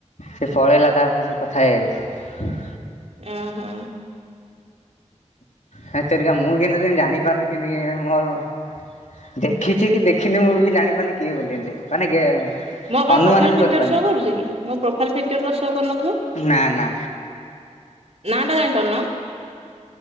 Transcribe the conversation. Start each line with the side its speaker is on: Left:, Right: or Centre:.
Left: ସେ ପଳେଇଲା ତାପରେ ସେ କଥା ହେଇ ହେଇ।
Right: ଅଁ ହଁ।
Left: ହେ ତେରିକା ମୁଁ କିନ୍ତୁ ଜାଣି ପାରୁନି କେମିତି କେଜାଣି ମୋରୋ। ଦେଖିଚି କି ଦେଖିନି ମୁଁ ବି ଜାଣିପାରୁନି କିଏ ବୋଲିଏତେ ମାନେ ଗେ
Right: ମୋର
Left: ଅନୁମାନ
Right: କଣ ପ୍ରୋଫାଇଲ
Left: ବି
Right: ପିକଚର
Left: କରିପାରୁନି
Right: ଶୋ କରୁଚି କି ମୋ ପ୍ରୋଫାଇଲ ପିକଚର ତ ଶୋ କରୁନଥିବ।
Left: ନା ନା
Right: ନା ଟା ଜାଣିପାରୁନ?